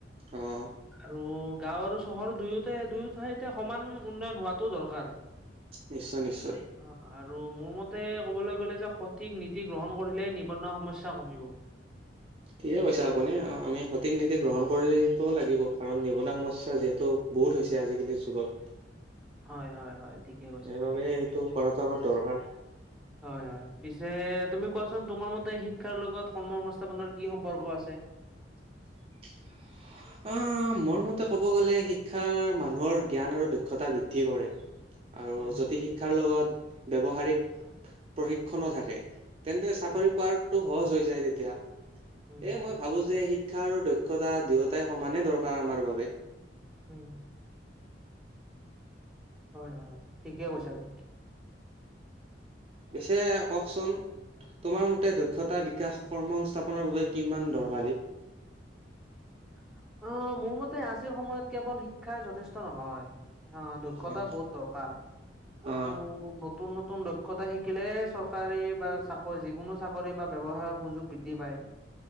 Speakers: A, on the right; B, in the centre.
A: অ'।
B: আৰু গাওঁ আৰু চহৰ দুয়োটাই দুয়ো ঠাইতে সমান উন্নয়ন হোৱাটো দৰকাৰ।
A: নিশ্চয় নিশ্চয়।
B: অ আৰু মোৰ মতে ক'বলৈ গ'লে যে সঠিক নীতি গ্ৰহণ কৰিলে নিবনুৱা সমস্যা কমিব।
A: ঠিকে কৈছে আপুনি আমি সঠিক নীতি গ্ৰহণ কৰিব লাগিব কাৰণ নিবনুৱা সমস্যা যিহেতু বহুত হৈছে আজিকালিৰ যুগত।
B: হয় হয় হয়। ঠিকে কৈছা
A: সেইবাবে
B: তুমি।
A: এইটো কৰাটো আমাৰ দৰকাৰ।
B: হয় হয় পিছে তুমি কোৱাচোন তোমাৰ মতে শিক্ষাৰ লগত কৰ্মসংস্থাপনৰ কি সম্পৰ্ক আছে?
A: <unintelligible> আহ মোৰ মতে ক'ব গ'লে শিক্ষাৰ মানুহৰ জ্ঞান আৰু দক্ষতা বৃদ্ধি কৰে। আৰু
B: উম
A: যদি শিক্ষাৰ লগত ব্যৱহাৰিক প্ৰশিক্ষনো থাকে তেন্তে চাকৰি
B: উম
A: পোৱাটো সহজ হৈ যায় তেতিয়া
B: উম
A: এ মই ভাবো যে শি শিক্ষা আৰু দক্ষতা দুয়োটাই সমানে দৰকাৰ আমাৰ বাবে।
B: উম। হয় হয় হয় ঠিকে কৈছা তুমি।
A: পিছে কওঁকচোন তোমাৰ মতে দক্ষতা তাৰ বিকাশ কৰ্ম সংস্থাপনৰ বাবে কিমান দৰকাৰী?
B: অহ মোৰ মতে আজিৰ সময়ত কেৱল শিক্ষাই যথেষ্ট নহয়। অহ দক্ষতা
A: অ
B: বহুত দৰকাৰ আৰু
A: অ
B: নতুন নতুন দক্ষ দক্ষতা শিকিলে চৰকাৰী বা চাকৰি যিকোনো চাকৰি বা ব্যৱসায়ৰ সুযোগ বৃদ্ধি পায়।